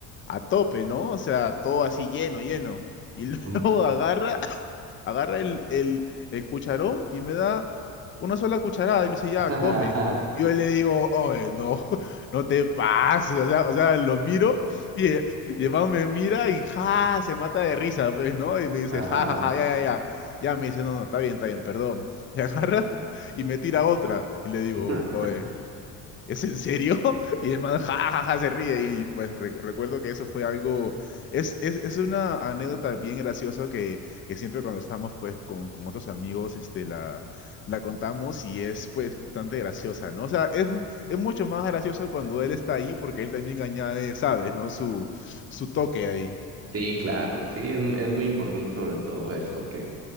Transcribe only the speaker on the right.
Sí.
<laughs>
Ajá.
<laughs>
Sí, claro, sí, es, es muy importante sobre todo eso, que